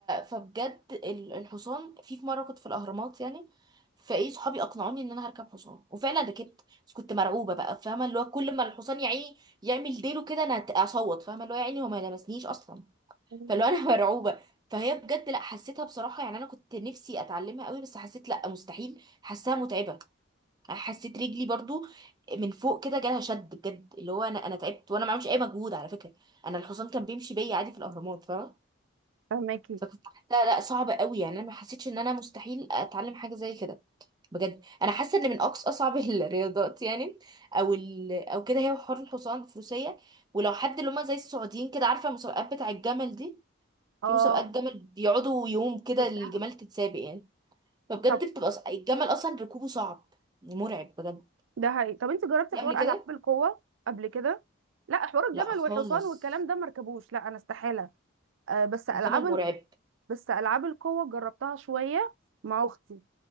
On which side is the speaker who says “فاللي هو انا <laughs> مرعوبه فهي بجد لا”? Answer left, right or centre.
Right